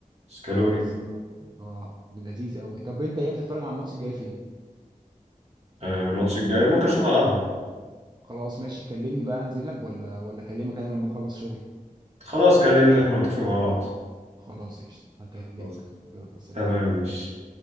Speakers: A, on the right; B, on the right.
A: سكالوني
B: اه الصراحه اه لذيذ قوي طب انت ايه تتفرج على الماتش الجاي فين
A: آه، الماتش الجاي ممكن اشوفه على القهوه
B: خلاص ماشي كلمني بقى انزل لك ولا ولا اكلمك انا لما اخلص شغل
A: خلاص كلمني احنا نتفق مع بعض
B: خلاص قشطه هكلمك
A: خلاص.
B: يلا سلام
A: تمام ماشي